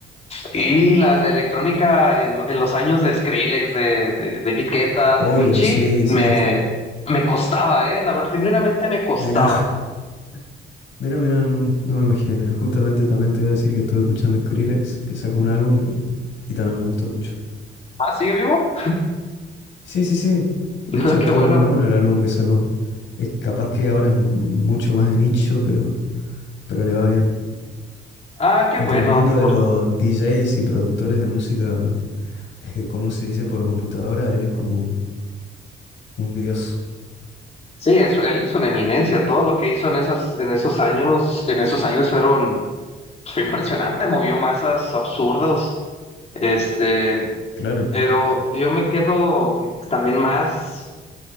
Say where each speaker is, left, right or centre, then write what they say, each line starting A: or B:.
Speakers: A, on the left; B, on the left.
A: Y la, la electrónica en, en los años de Skrillex, de, de David Guetta,
B: Obvio,
A: de Avicii,
B: sí, sí.
A: me, me costaba, ¿eh? La verdad, genuinamente me costaba.
B: Mira, <laughs> mira, mira, no, no me imagino. Justamente también te iba a decir que estuve escuchando Skrillex, que sacó un álbum y, y también me gustó mucho.
A: Ah, ¿sigue vivo?
B: Sí, sí, sí.
A: <laughs>
B: De hecho,
A: Ah,
B: estaba
A: qué bueno.
B: muy bueno el álbum que sacó. Es capaz que ahora es mucho más de nicho, pero, pero le va bien.
A: Ah, qué
B: Entre
A: bueno.
B: el mundo de
A: por-
B: los DJs y productores de música, <laughs> como se dice por computadora, él es como un dios.
A: Sí, es, él es una eminencia. Todo lo que hizo en esas, en esos años, en esos años fueron, fue impresionante, movió masas absurdas. Este,
B: Claro.
A: pero yo me quedo también más.